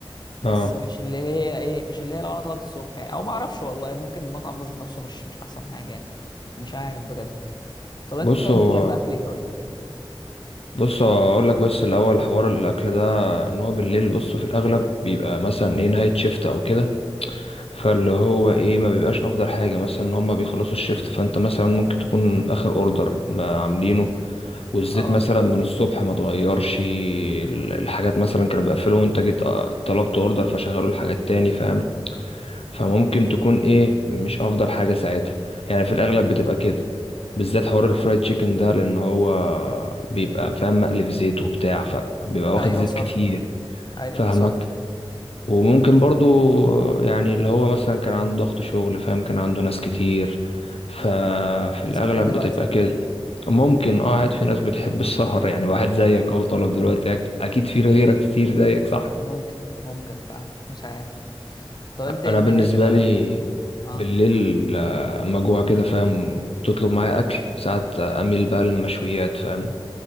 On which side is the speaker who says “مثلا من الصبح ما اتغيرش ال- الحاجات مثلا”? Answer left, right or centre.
Left